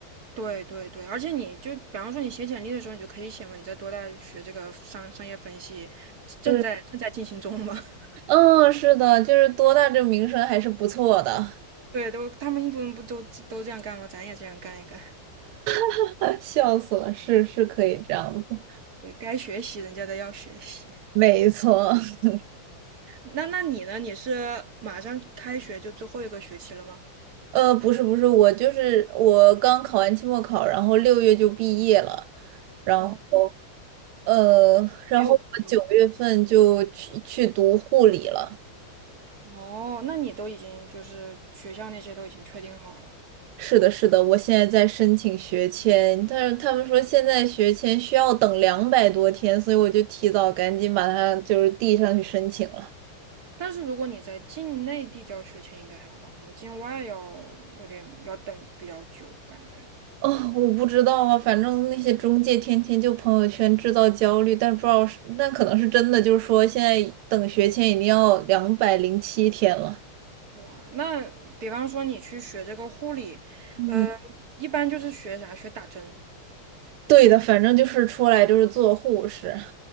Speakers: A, on the right; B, on the right.
A: 对对对，而且你就比方说你写简历的时候，你就可以写嘛，你在多大学这个商商业分析，正在正在进行中嘛。
B: 对，
A: <laughs>
B: 嗯，是的，就是多大这个名声还是不错的，
A: 对，都他们印度人不都都这样干吗？咱也这样干一干。
B: <laughs> 笑死了，是是可以这样子，
A: 对，该学习人家的要学习。
B: 没错。<laughs>
A: 那那你呢？你是马上开学就最后一个学期了吗？
B: 呃，不是不是，我就是我刚考完期末考，然后六月就毕业了，然后
A: 哦，
B: 呃，然后我九月份就去去读护理了。
A: 没有课了。哦，那你都已经就是学校那些都已经确定好了。
B: 是的，是的，我现在在申请学签，但是他们说现在学签需要等两百多天，所以我就提早赶紧把它就是递上去申请了。
A: 但是如果你在境内递交学签应该还好吧，可能境外要有点要等比较久，感觉。
B: 哦，我不知道啊，反正那些中介天天就朋友圈制造焦虑，但不知道是，但可能是真的，就是说现在等学签已经要两百零七天了。
A: 哇，那比方说你去学这个护理，
B: 嗯，
A: 呃，一般就是学啥？学打针。
B: 对的，反正就是出来就是做护士，